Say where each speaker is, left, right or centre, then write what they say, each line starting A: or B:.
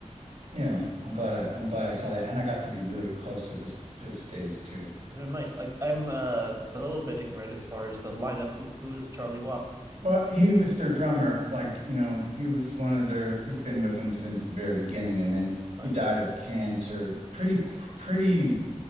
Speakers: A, on the right; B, on the right.
A: you know, I'm glad I, I'm glad I saw that, and I got to be really close to this to the stage too.
B: Oh, nice. I, I'm uh, a little bit ignorant as far as the lineup. Who who is Charlie Watts?
A: Well, he was their drummer, like, you know, he was one of their. He's been with them since the very beginning, and then he
B: Nice.
A: died of cancer pretty qu- pretty